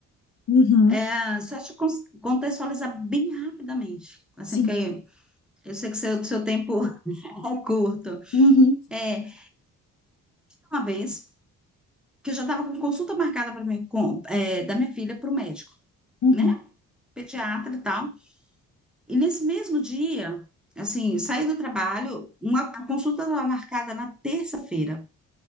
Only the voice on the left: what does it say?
Uhum,
sim.
Uhum,
uhum.